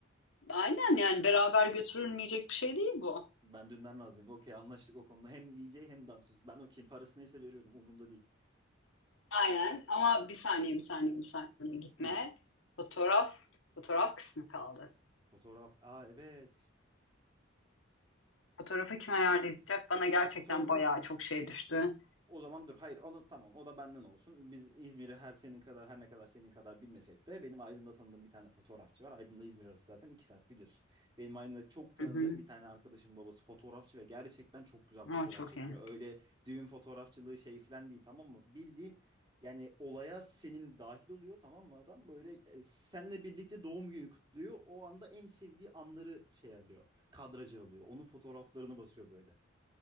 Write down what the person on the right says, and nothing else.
Ben dünden razıyım. Okey anlaştık o konuda. Hem DJ hem dansöz. Ben okeyim. Parası neyse veriyorum. Umurumda değil.
Hı.
Fotoğraf. Aa evet.
Fotoğrafı
O zaman dur hayır onu tamam o da benden olsun. Biz İzmir'i her senin kadar her ne kadar senin kadar bilmesek de benim Aydın'da tanıdığım bir tane fotoğrafçı var. Aydın'la İzmir arası zaten iki saat biliyorsun. Benim Aydın'da çok tanıdığım
bir tane arkadaşım babası fotoğrafçı ve gerçekten çok güzel fotoğraf
çekiyor.
Öyle düğün fotoğrafçılığı şey falan değil tamam mı? Bildiğin yani olaya senin dahil oluyor tamam mı adam? Böyle e, seninle birlikte doğum günü kutluyor. O anda en sevdiği anları şey alıyor. Kadraja alıyor. Onun fotoğraflarını basıyor böyle.